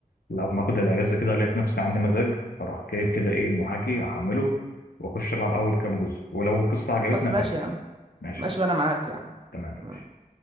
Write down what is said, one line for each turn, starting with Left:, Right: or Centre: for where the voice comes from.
Left: لو ما اخد الاجازة كده لقيت نفسي عندي مزاج اروح جايب كده ايه المحاكي احمله واخش العب اول كام جزء ولو القصة عجبتني
Right: خلاص
Left: اكمل
Right: ماشي يا عم
Left: ماشي
Right: ماشي
Left: يا عم
Right: وانا معاك يا عم
Left: تمام
Right: تمام